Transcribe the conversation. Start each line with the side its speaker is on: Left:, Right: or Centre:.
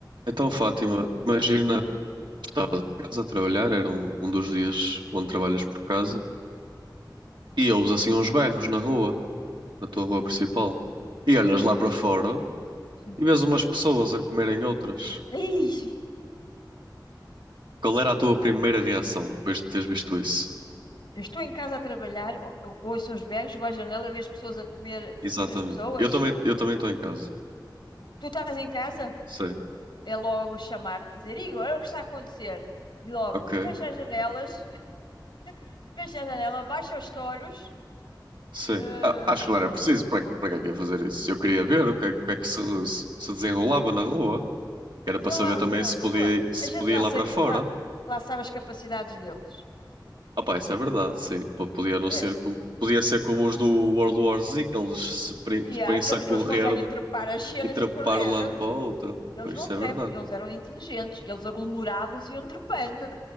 Right: Então, Fátima, imagina que estavas em casa a trabalhar, era um, um dos dias onde trabalhas por casa, e ouves assim uns berros na rua, na tua rua principal,
Left: Sim,
Right: e
Left: sim,
Right: olhas lá para fora
Left: sim.
Right: e vês umas pessoas a comerem outras.
Left: Ih,
Right: Qual era a tua primeira reação depois de teres visto isso?
Left: eu estou em casa a trabalhar, ou- eu ouço uns berros, vou à janela, vejo pessoas a comer
Right: Exatamente.
Left: outras pessoas.
Right: Eu também, eu também estou em casa.
Left: Tu estás em casa?
Right: Sim.
Left: É logo chamar-te, dizer, Igor, olha o que está a acontecer. E logo,
Right: Ok.
Left: fecha as janelas, <laughs> fecha a janela, baixa os toros,
Right: Sim.
Left: uh,
Right: Ah, acho que não era preciso. Para, que- para que é que ia fazer isso? Eu queria ver o que é, o que é que se, se se desenrolava na rua. Era
Left: nos
Right: para saber também
Left: na
Right: se
Left: rua.
Right: podia, se
Left: A gente
Right: podia
Left: lá
Right: ir lá
Left: sabe,
Right: para fora.
Left: lá, lá sabe as capacidades deles.
Right: Ah pá, isso é verdade, sim. P- Podia não
Left: É.
Right: ser como... Podia ser como os do World War Z, que eles se pre-
Left: E
Right: se põem-se
Left: há aquele
Right: a
Left: que
Right: correr
Left: eles conseguem
Right: de-
Left: trepar as cenas
Right: e trepar
Left: e correr.
Right: de um lado
Left: né?
Right: para o outro.
Left: Eles
Right: Pois,
Left: não
Right: isso
Left: trepam,
Right: é verdade.
Left: eles eram inteligentes, eles aglomeravam-se e iam trepando.